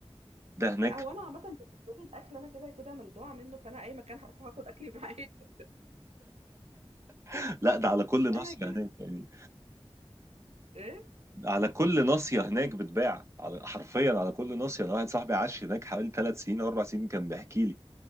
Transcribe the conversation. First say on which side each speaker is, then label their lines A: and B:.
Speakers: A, on the right; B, on the right.
A: ده هناك
B: لا هو انا عامه بالنسبه لي الاكل انا كده كده ملدوعه منه فانا اي مكان هروح اخد اكلي معايا <laughs>
A: <laughs> لا ده على كل ناصيه
B: انا كده
A: هناك يعني
B: ايه
A: على كل ناصيه هناك بتباع على حرفيا على كل ناصيه انا واحد صاحبي عاش هناك حوالي ثلاث سنين او اربع سنين كان بيحكي لي